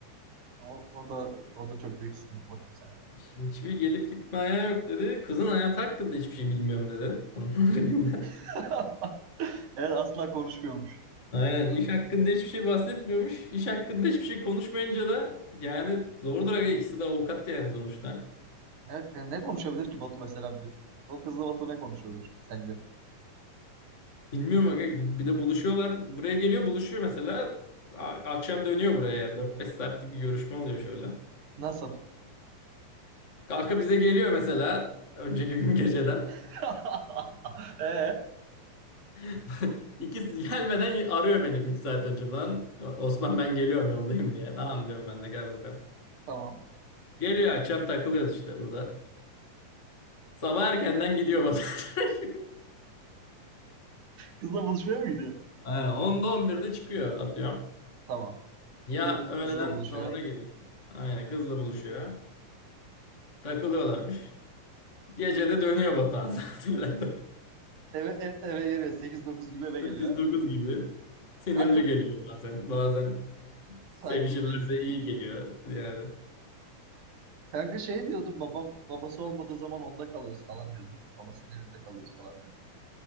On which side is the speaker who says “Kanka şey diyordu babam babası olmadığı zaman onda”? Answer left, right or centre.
Right